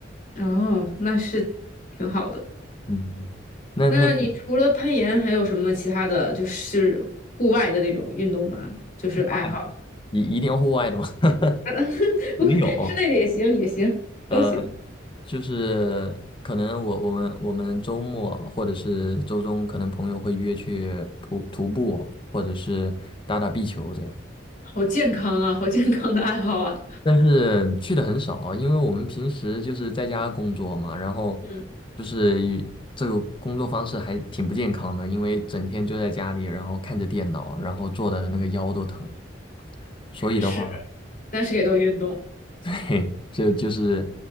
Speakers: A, on the left; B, on the left.
A: 哦，那是挺好的。
B: 嗯，那那你
A: 那你除了攀岩，还有什么其他的就是户外的那种运动吗？就是爱好，
B: 户外一一定要户外的吗？<laughs>
A: <laughs>
B: 没有，
A: 室内的也行，也行，
B: 呃，
A: 都行。
B: 就是可能我我们我们周末或者是周中，可能朋友会约去徒徒步，或者是打打壁球这样。
A: 好健康啊，好健康的爱好啊。
B: 但是去的很少，因为我们平时就是在家工作嘛，然后
A: 嗯，
B: 就是一这个工作方式还挺不健康的，因为整天就在家里，然后看着电脑，然后坐的那个腰都疼。所以的话，
A: 是，但是也都运动，
B: <laughs> 嘿，这就是